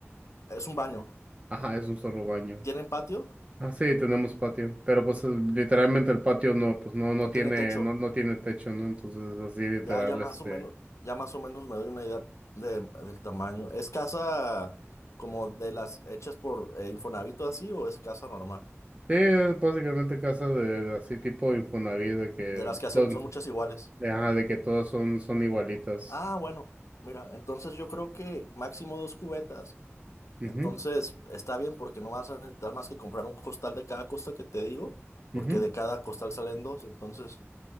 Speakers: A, on the left (about 80°); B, on the right (about 25°).
A: Es un baño.
B: Ajá, es un solo baño.
A: ¿Tienen patio?
B: Ah, sí, tenemos patio, pero pues eh, literalmente el patio no, pues no, no
A: No
B: tiene,
A: tiene techo.
B: no, no tiene techo, ¿no? Entonces es así literal,
A: Ya, ya más
B: este,
A: o menos, ya más o menos me doy una idea de- del tamaño. ¿Es casa como de las hechas por eh, Infonavit o así o es casa normal?
B: sí, es básicamente casa de, de así tipo Infonavit, de que,
A: De las que hacen,
B: todo,
A: son muchas iguales.
B: de, ajá, de que todas son, son igualitas.
A: Ah, bueno. Mira, entonces yo creo que máximo dos cubetas.
B: Ujú,
A: Entonces, está bien porque no vas a necesitar más que comprar un costal de cada cosa que te digo, porque
B: ujú,
A: de cada costal salen dos. Entonces,